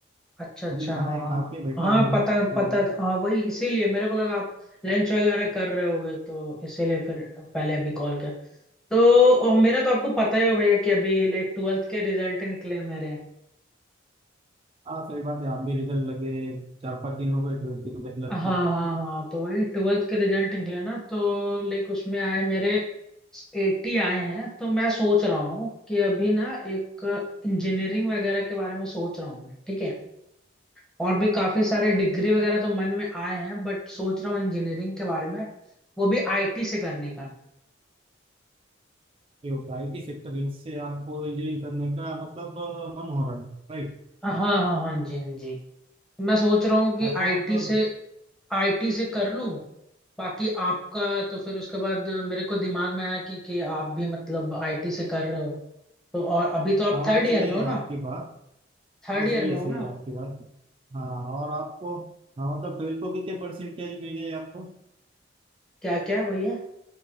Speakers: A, in the centre; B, on the right.
A: अच्छा अच्छा
B: अभी खाना
A: हाँ
B: ही खा
A: हाँ
B: के बैठा
A: हाँ
B: हूँ
A: पता
B: हाँ
A: पता था, हाँ वही इसीलिए मेरे को लगा आप लंच वगैरह कर रहे होगे तो इसीलिए फिर पहले अभी कॉल किया तो अ, मेरा तो आपको पता ही हो भैया कि अभी लाइक ट्वेल्थ के रिजल्ट निकले हैं मेरे
B: हाँ सही बात है आप भी रिजल्ट लगे चार पाँच दिन हो गए ट्वेल्थ के रिजल्ट लगते
A: हाँ हाँ हाँ तो वही ट्वेल्थ के रिजल्ट निकले ना तो लाइक उसमें आए मेरे एटी आए हैं तो मैं सोच रहा हूँ कि अभी ना एक इंजीनियरिंग वगैरह के बारे में सोच रहा हूँ मैं ठीक है और भी काफी सारे डिग्री वगैरह तो मन में आए हैं बट सोच रहा हूँ इंजीनियरिंग के बारे में वो भी आईटी से करने का
B: तो आईटी सेक्टर से आपको इंजीनियरिंग करने का मतलब अ, मन हो रहा है राइट
A: हाँ हाँ हाँ जी हाँ जी मैं सोच रहा हूँ कि
B: आपको
A: आईटी
B: मतलब
A: से आईटी से कर लूँ बाकी आपका तो फिर उसके बाद मेरे को दिमाग में आया कि कि आप भी मतलब आईटी से कर रहे हो तो और अभी तो आप
B: हाँ वो
A: थर्ड
B: तो
A: ईयर
B: सही
A: में
B: है
A: हो ना
B: आपकी बात
A: थर्ड
B: हाँ
A: ईयर
B: सही
A: में
B: है
A: हो
B: सही
A: ना
B: है
A: आप?
B: आपकी बात हाँ और आपको हाँ मतलब ट्वेल्थ को कितने परसेंटेज मिले आपको
A: क्या क्या है भैया